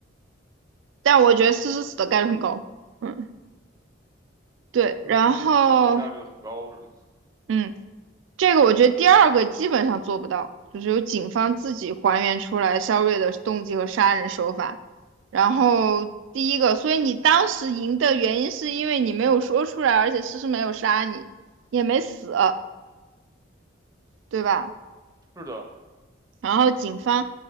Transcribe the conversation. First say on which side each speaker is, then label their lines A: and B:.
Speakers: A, on the right; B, on the right.
A: 但我觉得诗诗死的概率很高。嗯，对，
B: 就是死的概率很高，
A: 然后。
B: 是吗
A: 嗯，这个我觉得第二个基本上做不到，就是由警方自己还原出来肖瑞的动机和杀人手法。然后第一个，所以你当时赢的原因是因为你没有说出来，而且诗诗没有杀你，也没死，对吧？
B: 是的。
A: 然后警方